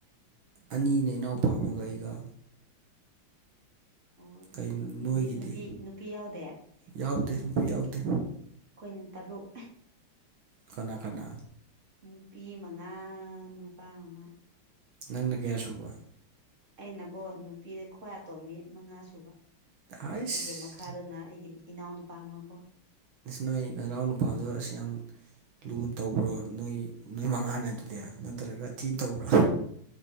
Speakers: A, on the right; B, on the right.
A: ꯑꯅꯤꯅꯦ ꯏꯅꯥꯎꯄꯥꯝꯃꯒ ꯑꯩꯒ
B: ꯑꯣ ꯑꯗꯨꯗꯤ
A: ꯀꯩꯅꯣ
B: ꯅꯨꯄꯤ
A: ꯅꯣꯏꯒꯤꯗꯤ
B: ꯅꯨꯄꯤ ꯅꯨꯄꯤ ꯌꯥꯎꯗꯦ
A: ꯌꯥꯎꯗꯦ ꯅꯨꯄꯤ ꯌꯥꯎꯗꯦ
B: ꯑꯩꯈꯣꯏꯅ ꯇꯔꯨꯛ
A: ꯀꯅꯥ ꯀꯅꯥ
B: ꯅꯨꯄꯤ ꯃꯉꯥ ꯅꯨꯄꯥ ꯑꯃ
A: ꯅꯪꯅ ꯀꯌꯥ ꯁꯨꯕ
B: ꯑꯩꯅꯀꯣ ꯅꯨꯄꯤꯗ ꯈ꯭ꯋꯥ ꯇꯣꯝꯃꯤ ꯃꯉꯥ ꯁꯨꯕ
A: ꯍꯥꯏꯁ
B: ꯑꯩꯒꯤ ꯃꯈꯥꯗꯅ ꯑꯩꯒꯤ ꯏꯅꯥꯎ ꯅꯨꯨꯄꯥ ꯑꯃ ꯀꯣ
A: ꯅꯣꯏ ꯅꯅꯥꯎ ꯅꯨꯄꯥꯗꯨ ꯑꯁꯤ ꯌꯥꯝ ꯂꯨ ꯇꯧꯕ꯭ꯔꯣ ꯅꯣꯏ ꯅꯣꯏ ꯃꯉꯥꯅꯦ ꯑꯗꯨꯗꯤ ꯅꯠꯇ꯭ꯔꯒ ꯊꯤꯟ ꯇꯧꯕ꯭ꯔꯥ